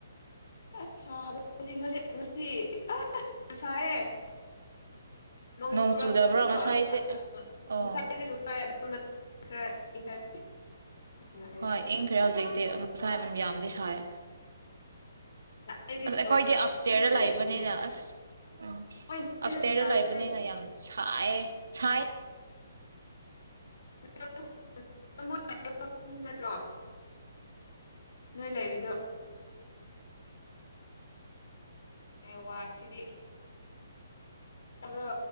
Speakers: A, on the left (about 70°); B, on the right (about 80°).
A: <unintelligible> <unintelligible>
B: ꯅꯣꯡ ꯆꯨꯗꯕ꯭ꯔꯣ ꯉꯁꯥꯏꯗꯤ ꯑꯣ
A: <unintelligible> ꯅꯨꯡꯉꯥꯏꯔꯦ
B: ꯍꯣꯏ
A: ꯈꯔ
B: ꯏꯡꯈ꯭ꯔꯦ ꯍꯧꯖꯤꯛꯇꯛꯇꯤ ꯉꯥ ꯁꯥꯏꯝ ꯌꯥꯝꯗꯤ ꯁꯥꯏ
A: ꯑꯩꯗꯤ
B: ꯑꯁ
A: ꯐ꯭ꯂꯣꯔ
B: ꯑꯩꯈꯣꯏꯗꯤ ꯑꯞꯁꯇꯦꯌꯔꯗ
A: ꯍꯤꯞꯄꯒ
B: ꯂꯩꯕꯅꯤꯅ
A: ꯂꯩꯕꯅꯦ
B: ꯑꯁ ꯎꯝ
A: ꯍꯣꯏ ꯅꯣꯏꯗ
B: ꯑꯞꯁꯇꯦꯌꯔꯗ
A: ꯁꯥꯔꯝꯅꯦ
B: ꯂꯩꯕꯅꯤꯅ ꯌꯥꯝ ꯁꯥꯏꯌꯦ ꯁꯥꯏ
A: <unintelligible> ꯂꯣꯏ ꯂꯩꯔꯤꯗꯣ ꯅꯦꯠꯋꯥꯥꯛꯁꯤꯗꯤ ꯇꯕ꯭ꯔꯣ